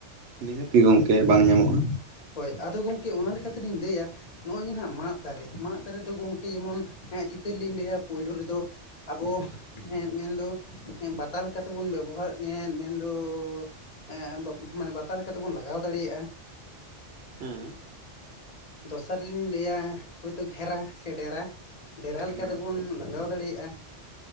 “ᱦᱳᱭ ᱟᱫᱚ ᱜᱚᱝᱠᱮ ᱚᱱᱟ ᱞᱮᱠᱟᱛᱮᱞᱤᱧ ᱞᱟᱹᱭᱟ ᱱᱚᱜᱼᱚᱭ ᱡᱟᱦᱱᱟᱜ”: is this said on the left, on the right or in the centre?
Left